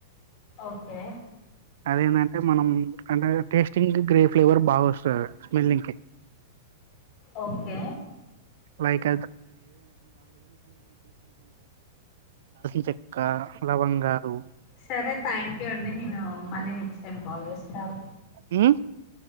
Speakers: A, on the left (about 40°); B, on the right (about 70°).
A: ఓకే
B: అదేందంటే మనం అంటే టేస్టింగ్ గ్రేవ్ ఫ్లేవర్ బాగ వస్తదాది స్మెల్లింగ్ కి
A: ఓకే
B: లైక్ <unintelligible> లవంగాలు
A: సరే థాంక్యూ అండి నేను మళ్ళీ నెక్స్ట్ టైం కాల్ చేస్తావ్
B: మ్